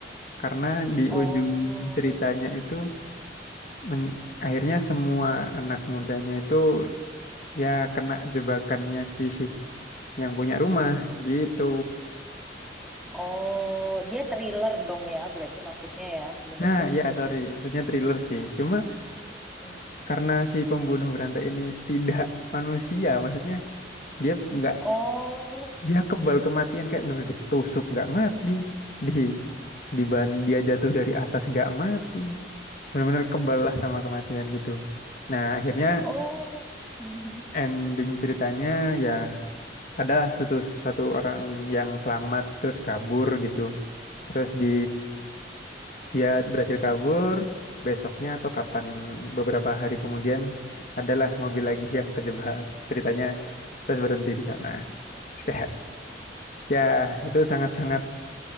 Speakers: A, on the left; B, in the centre.
A: Karena di
B: Oh,
A: ujung ceritanya itu men- akhirnya semua anak mudanya itu ya kena jebakannya si yang punya rumah gitu.
B: oh, dia thriller dong ya, berarti masuknya ya sebenarnya.
A: Nah, ya sorry, maksudnya thriller sih. Cuma
B: Hmm.
A: karena si pembunuh berantai ini tidak manusia, maksudnya dia nggak
B: Oh,
A: dia kebal kematian kayak benar-benar ditusuk nggak mati, di di ban dia jatuh dari atas nggak mati, benar-benar kebal lah sama kematian gitu. Nah, akhirnya
B: oh. Mhm.
A: Ending ceritanya ya adalah satu satu orang yang selamat terus kabur gitu. Terus di dia berhasil kabur, besoknya atau kapan beberapa hari kemudian adalah mobil lagi yang kejebak. Ceritanya terus berhenti di sana. Terus kayak ya itu sangat-sangat